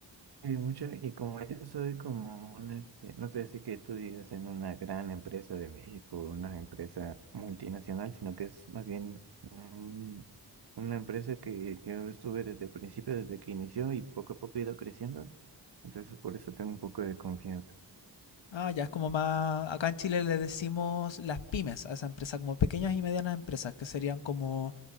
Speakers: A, on the right (about 60°); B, on the left (about 85°).
A: Y mucho, y como yo soy como un, este, no estoy así que tú digas en una gran empresa de México, una empresa multinacional, sino que es más bien un- una empresa que yo estuve desde el principio, desde que inició y poco a poco he ido creciendo. Entonces, por eso tengo un poco de confianza.
B: Ah, ya es como más. Acá en Chile le decimos las pymes a esa empresa, como pequeñas y medianas empresas, que serían como